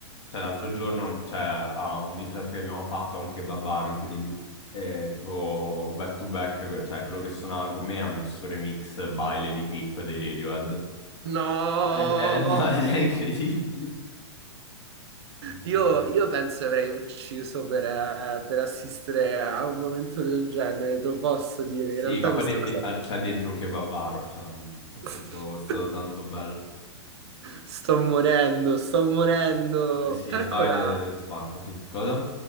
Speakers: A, on the left (about 70°); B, on the right (about 65°).
A: Cioè l'altro giorno, cioè, a un DJ set che abbiamo fatto, a un kebabaro incredibile, eh, tipo back to back, que- cioè quello che suonava con me ha messo remix baile di Creep dei Radiohead.
B: no,
A: È, è- <laughs> è incredibile. Sì, sì,
B: Io,
A: sì.
B: io penso avrei ucciso per, eh, per assistere a un momento del genere, te lo posso dire.
A: Sì,
B: In realtà
A: ma poi
B: questa
A: de-
B: cosa...
A: de- al- c'è dentro un kebabaro, cioè, mm,
B: <laughs>
A: è stato, è stato tanto bello.
B: Sto morendo, sto morendo.
A: Eh sì,
B: Calcola,
A: il baile spacca, sì. Cosa?